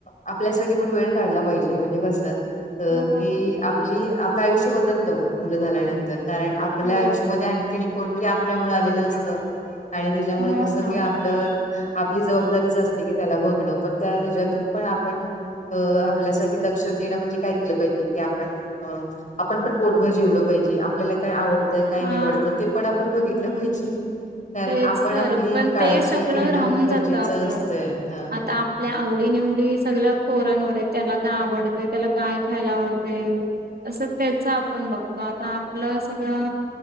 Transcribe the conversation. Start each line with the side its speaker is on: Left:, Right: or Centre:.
Left: आपल्यासाठी पण वेळ काढला पाहिजे म्हणजे कसं
Right: हा.
Left: की आप आप आपलं आयुष्य बदलतं मुलं झाल्यानंतर कारण आपल्या
Right: हो.
Left: आयुष्यामध्ये आणखी कोणतरी आपल्यामुळे आलेलं असत आणि त्याच्यामुळे
Right: हो
Left: कसं
Right: ना.
Left: कि आपलं आपली जबाबदारीच असते की त्याला बघणं पण त्याच्यातून पण आपण अ आपल्यासाठी लक्ष देणं म्हणजे काय केलं पाहिजे की आपण अ आपण पण बोटभर जेवलं पाहिजे आपल्याला काय आवडतय काय
Right: हा
Left: निवडत
Right: ना.
Left: ते पण आपण बघितलं पाहिजे कारण
Right: तेच
Left: आपण
Right: तर
Left: आपली
Right: पण
Left: काळजी
Right: ते सगळं
Left: घेणं
Right: राहून
Left: गरजेचं
Right: जातं आपलं.
Left: असतय हा
Right: आता आपल्या आवडी निवडी सगळ पोरन वर आहेत त्याला काय आवडतय त्याला काय खायला आवडतंय असं त्याच आपण बघतो आता आपलं सगळं